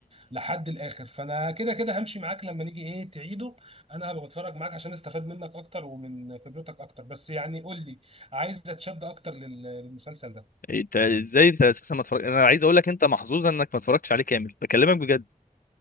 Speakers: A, on the right; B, on the left.
A: لحد الاخر فانا كده كده همشي معاك لما نيجي ايه تعيده انا هبقى بتفرج معاك عشان استفاد منك اكتر ومن خبرتك اكتر بس يعني قول لي عايز اتشد اكتر لل- للمسلسل ده
B: انت ازاي انت اساسا ما اتفرج انا عايز اقول لك انت محظوظ انك ما اتفرجتش عليه كامل بكلمك بجد